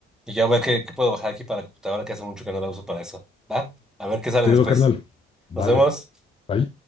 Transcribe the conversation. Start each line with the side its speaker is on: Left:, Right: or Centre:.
Centre: Y yo a ver qué, qué puedo bajar aquí para la computadora, que hace mucho que no la uso para eso. ¿Va? A ver qué sale
Left: Chido,
Centre: después.
Left: carnal. Vale,
Centre: Nos vemos.
Left: bye.